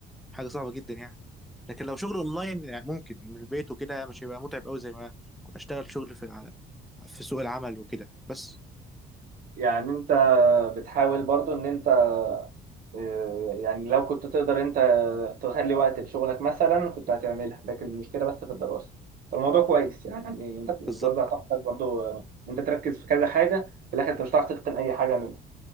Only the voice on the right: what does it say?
يعني انت بتحاول برضو ان انت آه، يعني لو كنت تقدر انت تخلي وقت لشغلك مثلا كنت هتعملها لكن المشكله بس في الدراسه فالموضوع كويس يعني وتوزع
طاقتك برضو آه، انت تركز في كذا حاجه في الاخر انت مش هتعرف تتقن اي حاجه منهم